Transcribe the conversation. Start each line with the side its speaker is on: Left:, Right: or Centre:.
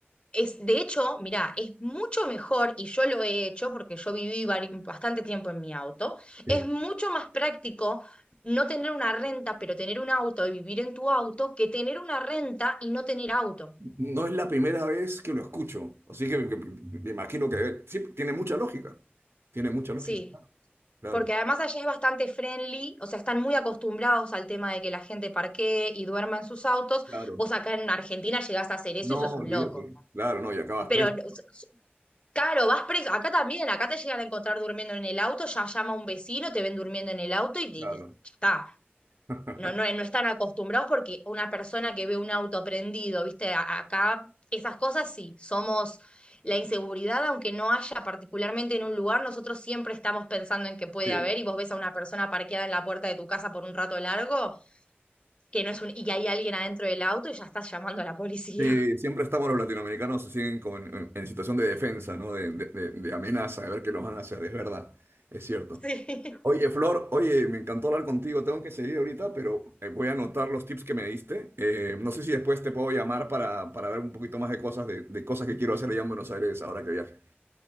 Left: Es, de hecho, mira, es mucho mejor, y yo lo he hecho porque yo viví vari- bastante tiempo en mi auto,
Right: Sí.
Left: es mucho más práctico no tener una renta, pero tener un auto y vivir en tu auto, que tener una renta y no tener auto.
Right: No es la primera vez que lo escucho, así que me, me- me imagino que sí, tiene mucha lógica. Tiene mucha lógica.
Left: Sí,
Right: Claro,
Left: Porque además allá es bastante friendly, o sea, están muy acostumbrados al tema de que la gente parquee y duerma en sus autos.
Right: claro.
Left: Vos acá en Argentina llegás a hacer eso
Right: No,
Left: y sos
Right: olvídate.
Left: un loco.
Right: Claro, no, y acabas
Left: Pero,
Right: preso.
Left: o sea, claro, vas preso. Acá también, acá te llegan a encontrar durmiendo en el auto, ya llama un vecino, te ven durmiendo en el auto y
Right: Claro.
Left: te, te- ya está.
Right: <laughs>
Left: No, no, no están acostumbrados porque una persona que ve un auto prendido, viste, A- acá esas cosas sí, somos la inseguridad, aunque no haya particularmente en un lugar, nosotros siempre estamos pensando en que puede
Right: Sí.
Left: haber y vos ves a una persona parqueada en la puerta de tu casa por un rato largo, que no es un, y que hay alguien adentro del auto y ya estás llamando a la policía.
Right: Sí, siempre estamos los latinoamericanos así en, como en- en situación de defensa, ¿no? De, de- de- de amenaza, de ver qué nos van a hacer, es verdad, es cierto.
Left: <laughs> Sí.
Right: Oye, Flor, oye, me encantó hablar contigo. Tengo que seguir ahorita, pero eh, voy a anotar los tips que me diste. Eh, no sé si después te puedo llamar para, para ver un poquito más de cosas, de, de cosas que quiero hacer allá en Buenos Aires ahora que viaje.